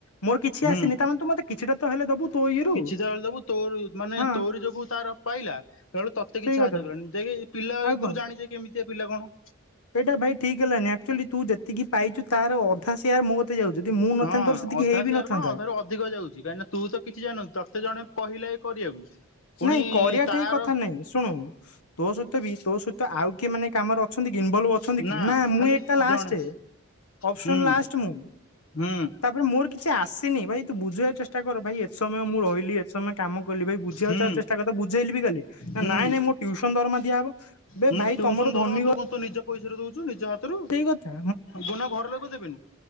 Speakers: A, on the left; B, on the left.
A: ମୋର କିଛି
B: ହୁଁ
A: ଆସିନି ତାମାନେ ତୁ ମତେ କିଛିଟା ତ ହେଲେ ଦବୁ ତୋ ଇଏରୁ
B: କିଛିତ ହେଲେ ଦେବୁ ତୋରି ମାନେ
A: ହଁ
B: ତୋରି ଯୋଗୁ ତାର ପାଇଲା ଏତେଳୁ ତତେ
A: ସେଇ
B: କିଛି ସାହାଯ୍ୟ
A: କଥା
B: କଲେଣି ଯେ ପିଲାରୁ
A: ଆଉ କଣ
B: ଜାଣିଛ କେମିତିଆ ପିଲା କଣ।
A: ଏଇଟା ଭାଇ ଠିକି ହେଲାନି ଆକ୍ଚୁଆଲି ତୁ ଯେତିକି ପାଇଛୁ ତାର ଅ ତା ସେୟା ମୋକତିକି ଯାଉଚି ଯଦି ମୁଁ ନଥାନ୍ତି
B: ହଁ
A: ତୋର ସେତିକି
B: ଅଧା
A: ହେଇ
B: ସେୟାର
A: ବି ନଥାନ୍ତା।
B: କଣ ଅଧାରୁ ଅଧିକ ଯାଉଛି କାହିଁକିନା ତୁ ତ କିଛି ଜାଣି ନଥିଲୁ ତତେ ଜଣେ କହିଲେ ଏ କରିବାକୁ
A: କିଛି
B: ପୁଣି
A: ନାଇଁ କରିବା
B: ତାର
A: ଠେଇଁ କଥା ନାଇଁ। ଶୁଣୁ ତୋ ସହିତ ବି ତୋ ସହିତ ଆଉ କିଏ ମାନେ କାମରେ ଅଛନ୍ତି କି ଇନଭଲଭ ଅ ଛନ୍ତି କି
B: ନା
A: ମୁ
B: ଖାଲି
A: ଏକା ଲାଷ୍ଟେ
B: ଜଣେ
A: ଅପସନ
B: ହୁଁ
A: ଲାଷ୍ଟ ମୁ
B: ହୁଁ
A: ତାପରେ ମୋର କି କିଛି ଆସିନି ଭାଇ ତୁ ବୁଝେଇବାକୁ ଚେଷ୍ଟା କର ଭାଇ ଏତେ ସମୟ ମୁଁ ରହିଲି ଏତେ ସମୟ କାମ କଲି ଭାଇ ବୁଝିବାକୁ
B: ହୁଁ
A: ଚେଷ୍ଟାକରି ତାକୁ ବୁଝେଇଲି ବି କାଲି
B: ହୁଁ
A: ନାଇଁ ନାଇଁ ମୋ ଟୁୟୁସନ ଦରମା ଦିଆ ହବ
B: ହୁଁ
A: ଭାଇ
B: ଟ୍ୟୁସନ
A: ତମର
B: ଦରମା
A: ଧନୀ
B: ତୁ
A: ଘ
B: କଣ ତୋ ନିଜ ପଇସା ରୁ ଦଉଛୁକି ନିଜ ହାତରୁ
A: କଥା
B: ବୁନା ଘର ଲୋକ ଦେବେ।